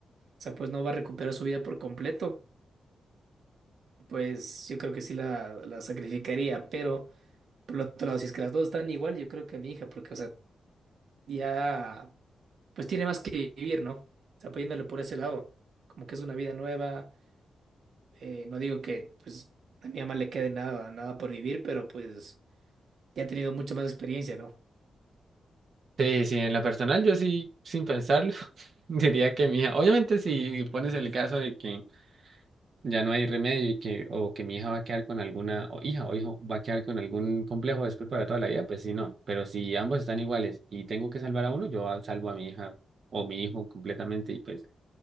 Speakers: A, on the right; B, on the right.
A: O sea, pues no va a recuperar su vida por completo. Pues yo creo que sí la, la sacrificaría, pero por el otro lado, si es que las dos están igual, yo creo que mi hija, porque, o sea, ya, pues tiene más que vivir, ¿no? O sea, apoyándole por ese lado, como que es una vida nueva. eh, no digo que, pues, a mi mamá le quede nada, nada por vivir, pero pues ya ha tenido mucha más experiencia, ¿no?
B: Sí, sí, en lo personal yo sí, sin pensarlo, <laughs> diría que mi hija, obviamente si pones el caso de que ya no hay remedio y que, o que mi hija va a quedar con alguna, o hija o hijo va a quedar con algún complejo después para toda la vida, pues sí, no. Pero si ambos están iguales y tengo que salvar a uno, yo a- salvo a mi hija o mi hijo completamente y pues